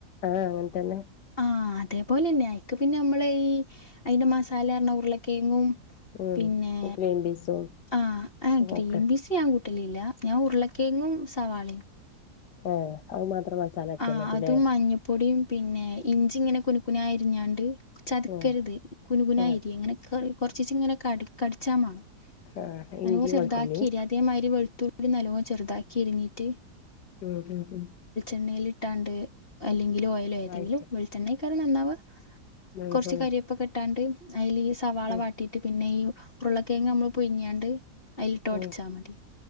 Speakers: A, on the left; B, on the left.
A: ആഹ് അങ്ങൻ തന്നെ
B: ആഹ് അതേപോലെന്നെ അയിക്ക് പിന്നെ മ്മള് ഈ അയ്ന്റെ മസാലാർഞ ഉരുളക്കെങ്ങും
A: ഉം
B: പിന്നെ
A: ഗ്രീൻ പീസും
B: ആഹ് ഏഹ് ഗ്രീപീസ്
A: ഒക്കെ
B: യാൻ കുട്ടെ ട്ട്ലില്ല ഞാൻ ഉരുളക്കെങ്ങും സവാളി
A: ഏഹ് അഹ് മാത്രം മസാലാക്ക്യാ
B: ആഹ്
A: മതില്ലേ
B: അതും മഞ്ഞപ്പൊടിയും പിന്നെ ഇഞ്ചി ഇങ്ങനെ കുനുക്കുന എരിഞ്ഞാണ്ട് ചത്ക്കരുത്
A: ആഹ്
B: കുനുകുന
A: ആഹ്
B: ഇരി ഇങ്ങനെ കെ കൊർചീചെങ്ങനെ കടി കടിച്ചാ മാണോ
A: ആഹ്
B: നല്ലോം
A: ഇഞ്ചി
B: ചെറുതാക്കി
A: വെളുത്തുള്ളി
B: എര്യ അതേമായ്രി വെൾതുളി നല്ലോ ചെറുതാക്കി എരുഞ്ഞീട്ട്
A: ഉം ഉം ഉം
B: എണ്ണെയിലിട്ടാണ്ട് അല്ലെങ്ക <unintelligible> ഓയിലോ ഏതെങ്കിലും
A: വഴറ്റ
B: വെളിച്ചെണ്ണക്കാ നന്നാവാ
A: ഉം
B: കുറച്ച്
A: ഉം
B: കരിയേപ്പൊക്കെ ഇട്ടാണ്ട് അയിൽ ഈ സവാള
A: ഉം
B: വാട്ടീട്ട് പിന്നെ ഈ ഉരുളക്കെഴങ്ങ് നമ്മള് പുയുങ്ങിയാണ്ട് അയിലിട്ട് ഒടച്ചാ
A: ഉം
B: മതി